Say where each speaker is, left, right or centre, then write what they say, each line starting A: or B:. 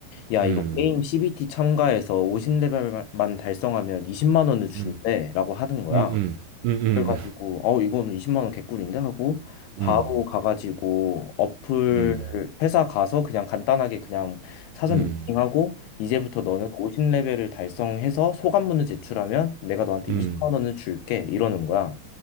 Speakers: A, on the left; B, on the right.
A: 야,
B: 음.
A: 이거 게임 CBT 참가해서 50레벨만 달성하면 20만 원을 준대라고
B: 음.
A: 하는 거야.
B: 음음. 음음.
A: 그래가지고 어 이거는 20만 원 개꿀인데 하고 바로
B: 음. 음.
A: 가가지고 어플
B: 음.
A: 회사 가서 그냥 간단하게 그냥 사전
B: 음.
A: 미팅하고
B: 음.
A: 이제부터 너는 50레벨을 달성해서 소감문을 제출하면 내가 너한테
B: 음
A: 20만 원을 줄게 이러는 거야.